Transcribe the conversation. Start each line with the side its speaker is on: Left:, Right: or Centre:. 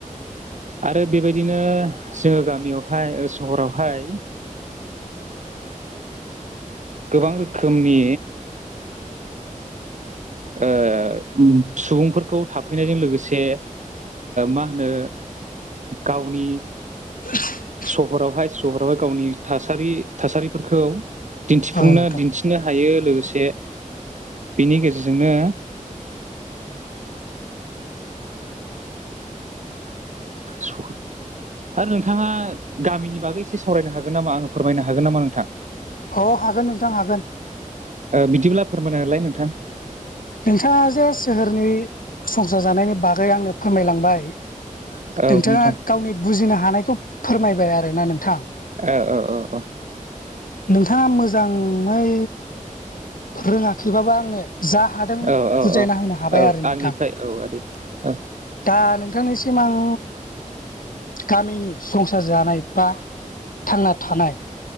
Right: आरो बेबायदिनो जोङो गामियावहाय सहरावहाय गोबां रोखोमनि ओ सुबुंफोरखौ थाफैनायजों लोगोसे मा होनो गावनि
Left: <inaudible>
Right: सहरावहाय सहरावहाय गावनि थासारि थासारिफोरखौ दिन्थिफुंनो
Left: औ नोंथां
Right: दिथि नो हायो लोगोसे बेनि गेजेरजोंनो सह आरो नोंथाङा गामिनि बागै एसे सावरायनो हागोन नामा आङो फोरमायनो हागोन नामा नोंथां
Left: अ हागोन नोंथां हागोन
Right: बिदिब्ला फोरमाय हालाय नोंथां
Left: नोंथाङा जे सोहोरनि संसार जानायनि बागै आंनो फोरमायलांबाय
Right: औ
Left: नोंथाङा
Right: नोंथां
Left: गावनि बुजिनो हानायखौ फोरमायबाय आरोना नोंथां
Right: अ अ
Left: नोंथाङा मोजाङै रोङाखैबाबा आंनो जा हादों
Right: औ औ
Left: बुजायना
Right: औ
Left: होनो हाबाय
Right: औ
Left: आरो नोंथां
Right: आंनिफ्राय औ आदै औ
Left: दा नोंथांनिसिम आं गामिनि संसार जानाय बा थांना थानाय